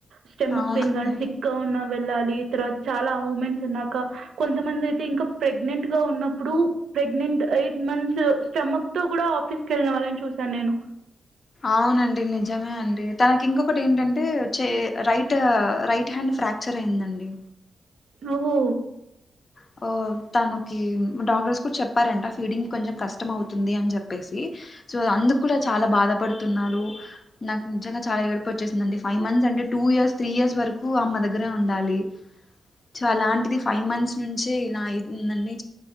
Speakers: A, on the right (about 85°); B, on the left (about 35°).
A: స్టెమక్
B: అవునండి
A: పయిన్ కానీ సిక్కా ఉన్న వెళ్ళాలి తర్వాత చాలా ఉమెన్స్ అన్నాక కొంతమంది అయితే ఇంకా ప్రెగ్నెంట్ గా ఉన్నప్పుడు ప్రెగ్నెంట్ ఎయిట్ మంత్స్ స్టమక్ తో కూడా ఆఫీస్ కి వెళ్ళిన వాళ్ళని చూసాను నేను
B: అవునండి నిజమే అండి తనకి ఇంకొ ఒకటి ఏంటంటే రైట్ రైట్ హ్యాండ్ ఫ్రాక్చర్ అయి్యందండి
A: ఓహో
B: అ తనకి డాక్టర్స్ కూడా చెప్పారంట ఫీడింగ్ కొంచెం కష్టం అవుతుంది అని చెప్పేసి సో అందుకు కూడా చాలా బాధపడుతున్నారు నాకు నిజంగా చాలా ఏర్పు వచ్చేసిందండి ఫైవ్ మంత్స్ అంటే టూ ఇయర్స్ త్రీ ఇయర్స్ వరకు అమ్మ దగ్గరే ఉండాలి సో అలాంటిది ఫైవ్ మంత్స్ నుంచి ఇలా అయితుందండి.